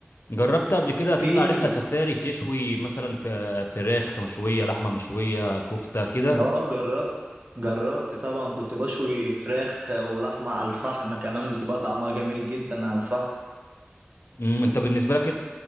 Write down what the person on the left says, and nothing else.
جربت قبل كده
تطلع رحله سفاري تشوي مثلا في فراخ مشويه لحمه مشويه كفته كده
امم، انت بالنسبه لك